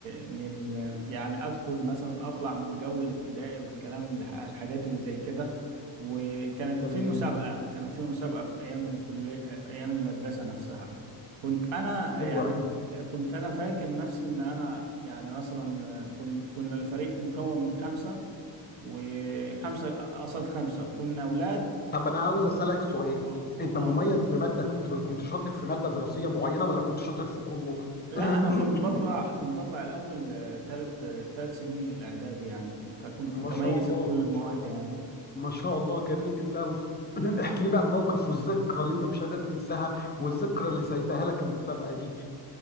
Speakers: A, on the right; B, on the left.
A: من يعني ادخل مثلا اطلع من جو الابتدائي والكلام الح- الحاجات اللي زي كده وكانت
B: تمام
A: في مسابقه كانت في مسابقه في ايام الكليه في ايام المدرسه نفسها كنت انا
B: حلو
A: يعني
B: قوي
A: كنت انا فاكر نفسي ان انا يعني مثلا كنت كنا الفريق مكون من خمسه وخمسه قصاد خمسه كنا اولاد
B: طب انا عاوز اسالك سؤال
A: اه
B: انت
A: اه
B: مميز في ماده كنت كنت شاطر في ماده دراسيه معينه ولا كنت شاطر في كله
A: لا
B: <coughs>
A: انا كنت بطلع كنت بطلع الاول ثلاث ثلاث سنين الاعدادي يعني فكنت
B: ما
A: متميز
B: شاء الله
A: في كل المواد
B: ما شاء الله
A: يعني
B: ما شاء الله جميل جميل قوي <clears throat> احكي لي بقى الموقف والذكرى اللي انت مش قادر تنساها والذكرى اللي سايباها لك المسابقة دي